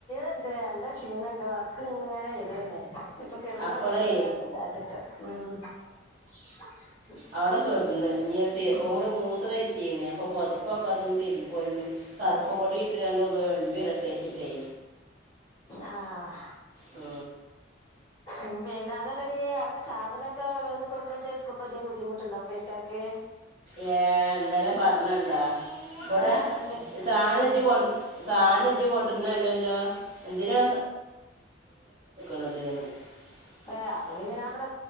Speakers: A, on the left; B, on the right.
A: ഉണ്ട് നല്ല ക്ഷീണുണ്ട് വർക്ക് ഇങ്ങനെ വരാണ് ഇപ്പൊ കിടന്നാപ്പ
B: അപ്പോളേ
A: ശരിയാവില്ല <unintelligible>
B: അവിടെക്കെടന്ന് <unintelligible>
A: ഉം.
B: ഓള് മൂത്ര ഒയിച്ചീന്ന്‌ അപ്പൊ പൊതപ്പൊക്കെ ഒന്ന് <unintelligible> പറുപ്പും പൊടി ഇട്ട് രണ്ട്‌ന്ന ഒളുമ്പി ഇറട്ടച്ചിട്ടേ
A: ആഹ
B: ആ
A: ഉം പിന്നെ അതല്ലടി അവര് സാധനൊക്കെ ഓരോന്ന് കൊടുന്ന് വെച്ച എടുക്കുമ്പോ അധികം ബുദ്ധിമുട്ടുണ്ടാവും പെരുക്കാക്ക്
B: ഏ എന്താലെ പറഞ്ഞണ്ടാ ഇവിടെ
A: ഏ ഇത്
B: സാനജ്ജി
A: സോ-
B: കൊ സാനജ്ജി കൊണ്ടിരുന്നല്ല എന്തിനാ <unintelligible> <unintelligible>
A: ഏ അപ്പൊ പിന്നെ ഞാൻ ഇവിടെ